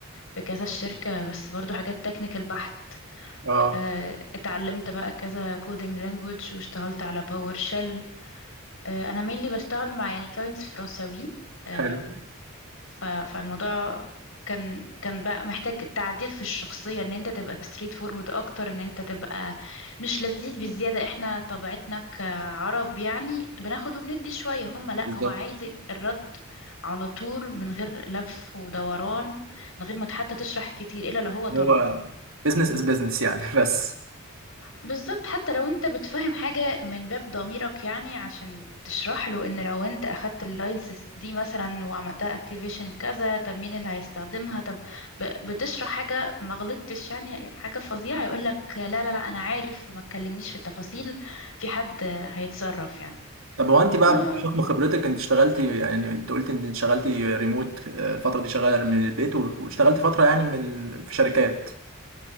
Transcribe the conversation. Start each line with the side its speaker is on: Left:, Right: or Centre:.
Left: في كذا شركه بس برضو حاجات تكنيكال بحت
Right: اه
Left: آه، اتعلمت بقى كذا كودينج لانجوج واشتغلت على باور شيل انا مينلي بشتغل مع يعني كلاينتس فرنساويين آه،
Right: حلو
Left: ف... فالموضوع كان كان بقى محتاج تعديل في الشخصية ان انت تبقى ستريت فورورد اكتر ان انت تبقى مش لذيذ بالزيادة احنا طبيعتنا كعرب يعني بناخد وبندي شوية هم لا
Right: بالظبط
Left: هو عايز الرد على طول من غير لف ودوران من غير ما حتى تشرح كتير الا لو هو طلب
Right: هو بزنس از بزنس يعني <laughs> بس
Left: بالظبط حتى لو انت بتفهم حاجة من باب ضميرك يعني عشان تشرح له ان لو انت اخدت اللايسنس دي مثلا وعملتها اكتيفيشن كذا طب مين اللي هيستخدمها طب ب- بتشرح حاجة ما غلطتش يعني حاجة فظيعة يقولك لا لا لا انا عارف ما تكلمنيش في التفاصيل في حد هيتصرف يعني
Right: طب هو انت
Left: بقول
Right: بقى
Left: له،
Right: بحكم خبرتك انت اشتغلتي يعني انت قلت انت اشتغلتي ريموت آه، الفترة دي شغالة من البيت واشتغلتي فترة يعني من في شركات